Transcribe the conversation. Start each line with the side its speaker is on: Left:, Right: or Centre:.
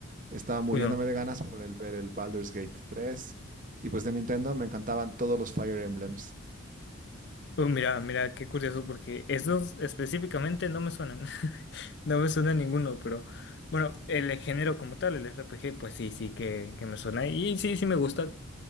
Right: Estaba muriéndome
Left: <laughs> Bueno.
Right: de ganas por el, ver el Baldur's Gate tres Y pues de Nintendo me encantaban todos los Fire Emblems.
Left: Uh, mira, mira, qué curioso, porque esos específicamente no me suenan. <laughs> No me suena ninguno, pero bueno, el género como tal, el RPG, pues sí, sí que, que me suena. Y sí, sí me gusta.